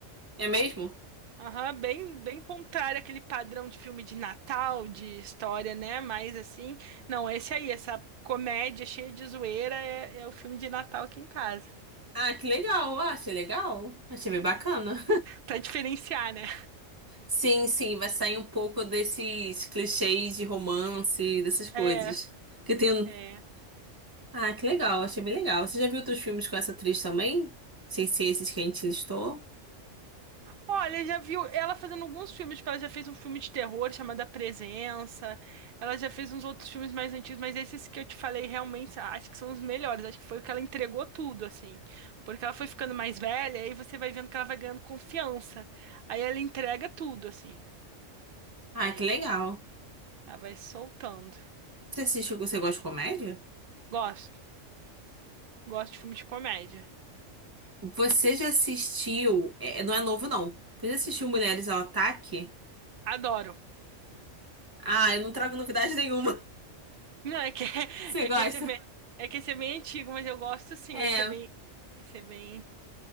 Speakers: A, on the right; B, on the right.
A: é mesmo?
B: Aham, bem, bem contrário àquele padrão de filme de Natal, de história, né? Mais assim. Não, esse aí, essa comédia cheia de zoeira é, é o filme de Natal aqui em casa.
A: Ah, que legal. Ah, achei legal. Achei bem bacana.
B: Pra diferenciar, né?
A: Sim, sim, vai sair um pouco desses clichês de romance, dessas coisas.
B: É,
A: Que tem. um-
B: é.
A: Ah, que legal, achei bem legal. Você já viu outros filmes com essa atriz também? Sem ser esses que a gente listou?
B: Olha, já viu ela fazendo alguns filmes, tipo, ela já fez um filme de terror chamado A Presença, ela já fez uns outros filmes mais antigos, mas esses que eu te falei realmente ah, acho que são os melhores, acho que foi o que ela entregou tudo, assim, porque ela foi ficando mais velha, aí você vai vendo que ela vai ganhando confiança, aí ela entrega tudo, assim,
A: Ah,
B: ela,
A: que legal.
B: ela vai soltando.
A: Você assistiu, você gosta de comédia?
B: Gosto, gosto de filme de comédia,
A: Você já assistiu. é, não é novo, não. Você já assistiu Mulheres ao Ataque?
B: adoro.
A: Ah, eu não trago novidade nenhuma. <laughs>
B: Não, é que, <laughs>
A: Você
B: é
A: gosta?
B: que esse é bem, é que esse é bem antigo, mas eu gosto sim,
A: É,
B: esse é bem, esse é bem...